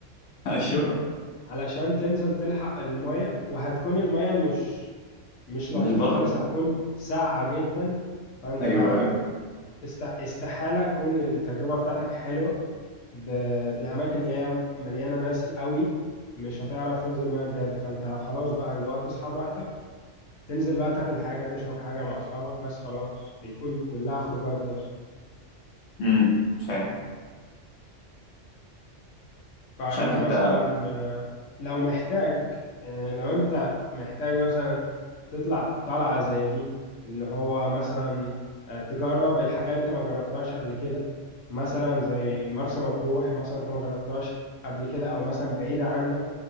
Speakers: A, on the left (about 65°); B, on the left (about 80°).
A: <laughs> ايوه
B: علشان تنزل تلحق الميه وهتكون الميه مش مش لطيفه
A: مش برضه
B: خالص هتكون ساقعه جدا فانت
A: ايوه ايوه
B: است- استحاله تكون التجربه بتاعتك حلوه ب- بالاماكن اللي هي مليانه ناس قوي مش هتعرف تنزل ميه بجد فانت خلاص بقى اللي هو تصحى براحتك تنزل بقى تاكل حاجه تشرب حاجه مع اصحابك بس خلاص بيكون كلها خروجات بس
A: امم فاهم
B: فانت
A: مش عارف
B: مثلا
A: انت
B: آه، لو محتاج يعني لو انت محتاج مثلا تطلع طلعه زي دي اللي هو مثلا آه، تجرب الحاجه اللي انت ما جربتهاش قبل كده مثلا زي مرسى مطروح مثلا انت ما جربتهاش قبل كده او مثلا بعيده عنك